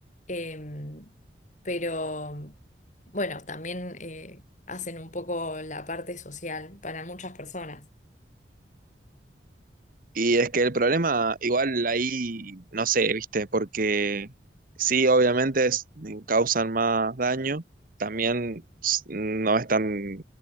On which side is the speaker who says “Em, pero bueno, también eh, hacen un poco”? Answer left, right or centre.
Left